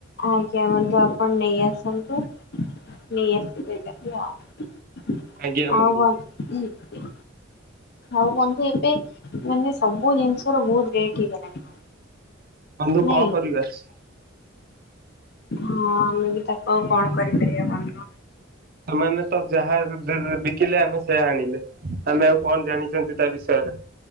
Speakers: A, on the left; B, on the right.
A: ଆଜ୍ଞା ବନ୍ଧୁ ଆପଣ ନେଇ ଆସନ୍ତୁ ନେଇ ଆସିବେ କାଲି ଆଉ।
B: ଆଜ୍ଞା ବନ୍ଧୁ
A: ଆଉ ବନ୍ ଇ ଆଉ ବନ୍ଧୁ ଏବେ ମାନେ ସବୁ ଜିନିଷ ର ବହୁତ ରେଟ୍ ହେଇଗଲାଣି।
B: ବନ୍ଧୁ
A: ନାଇଁ
B: କଲ୍ କରିବେ ଆସ୍
A: ହଁ ଆମେ ବି ତାକୁ ଆଉ କଣ କରିପାରିବା ବନ୍ଧୁ।
B: ସେମାନେ ତ ଯାହା। <unintelligible> ବିକିଲେ ଆମେ ସେୟା ଆଣିଲେ ଆମେ ଆଉ କଣ ଜାଣିଛନ୍ତି ତା ବିଷୟରେ।